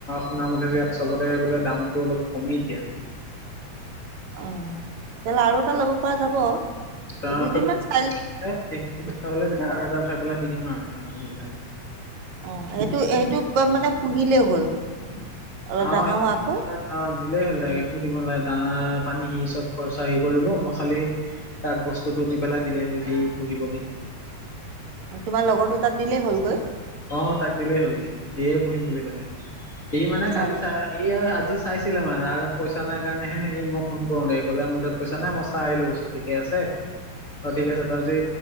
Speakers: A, on the left; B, on the right.
A: শুনা মতে ইয়াত চবতে বোলে দামতটো অলপ কমেই এতিয়া।
B: অ তেতিয়া হ'লে আৰু এটা ল'ব পৰা যাব।
A: <unintelligible>
B: দুদিনমান চাই অ সেইটো সেইটো মানে পুহিলেই হ'ল। অলপ ডাঙৰ
A: অ
B: হোৱাকৈ
A: অ দিলেই হ'ল তাক একো দিব নালাগে। দান- পানী সি চব খৰচ সি কৰিব মই খালি তাক বস্তুতটো নি পেলাই দিলে হ'ল সি পুহিব। কবি
B: তোমাৰ লগৰটো তা'ত দিলেই হ'লগৈ?
A: অ তাক দিলেই হ'ল গে সিয়ে পুহিম বুলি কলে। সি মানে
B: অ
A: কালি চাই আহি এ আজ- চাইছিলে মানে তাৰ হাতত পইচা নাই কাৰণে সি মই ফোন কৰোতে কলে মোৰ হাতত পইচা নাই মই চাই আহিলো। ঠিকে আছ- ছে। অ ঠিক আছে তই জি